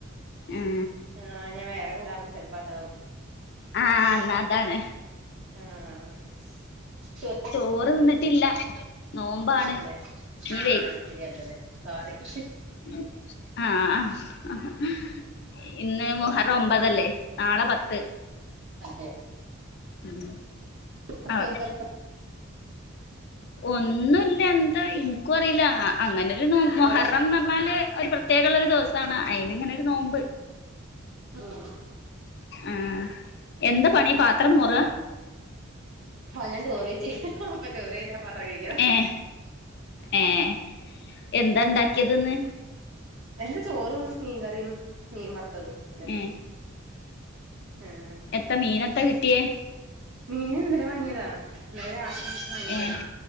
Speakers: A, on the left; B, on the right.
A: ആഹ്
B: ആഹ് ഞാൻ വേറെ കൂളാർന്നു ചെല് പ്പം അതാവും
A: ആഹ് ന്നാ അതാണ്
B: ആഹ് നീച്ചോ
A: ചോറ് തിന്നിട്ടില്ല നോമ്പാണ്
B: അതെ
A: ഇനി
B: ആഹ് ശരിയല്ലലെ സോറി ഹ് ഹ്
A: ഉം അഹ് ഹ ഹ ഹ ഇന്ന് മുഹറം
B: ആഹ്
A: ഒമ്പതല്ലേ നാളെ പത്ത്
B: അതെ
A: ഉം
B: പ്രത്യേകത
A: ആഹ് ഒന്നുല്ല എന്താ ഇൻക്കുറീല അങ്ങനെ മൊഹറംന്ന്
B: അതെ
A: പറ്ഞ്ഞാല് ഒരു പ്രത്യേ കള്ളൊരു ദിവസാണ് അയിന്ങ്ങനൊരു നോമ്പ്
B: ആഹ്
A: ആഹ് എന്ത പണി പാത്രം മോറ
B: ആഹ് ഞാൻ ചോറയ്‌ചേനി ഹ് ഹ അപ്പൊ ചോറെയ്‌ച്ചാ പാത്രം കെയ്‌കിയത
A: ഏഹ് ഏഹ് എന്താ ണ്ടാക്കിയത് ന്ന്
B: എന്ത് ചോറും മീൻകറിയും മീൻ വറ്ത്തതും തന്നെ
A: ഏഹ്
B: ഏ ഹ്
A: ത്ത മീനത്ത കിട്ടിയേ
B: മീൻ ഇന്നലെ വാങ്ങിയതാ ഇന്നലെ രാത്രി വാങ്ങിയതാണ്
A: ഏഹ്